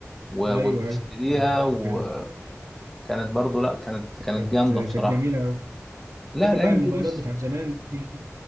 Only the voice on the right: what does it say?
ايوه
ايوه ايوه
فاكر
كانت
كانت
جميلة أوي
فاكر
بقى الموبايلات
بتاعت زمان دي